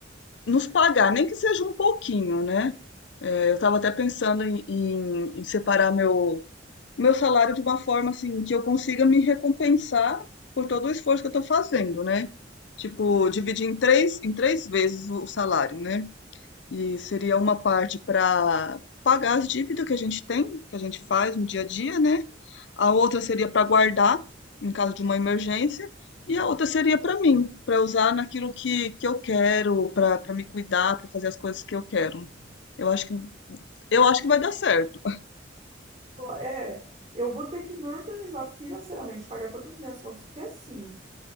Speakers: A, on the left; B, on the right.
A: nos pagar, nem que seja um pouquinho, né? É, eu estava até pensando em, em, em separar meu, meu salário de uma forma assim que eu consiga me recompensar por todo o esforço que eu estou fazendo, né? Tipo, dividir em três, em três vezes o salário, né? E seria uma parte para pagar as dívidas que a gente tem, que a gente faz no dia a dia, né? A outra seria para guardar em caso de uma emergência, e a outra seria para mim, para usar naquilo que, que eu quero, para para me cuidar, para fazer as coisas que eu quero. Eu acho que eu acho que vai dar certo.
B: É, eu vou ter que me organizar financeiramente, pagar todas as minhas contas, porque assim.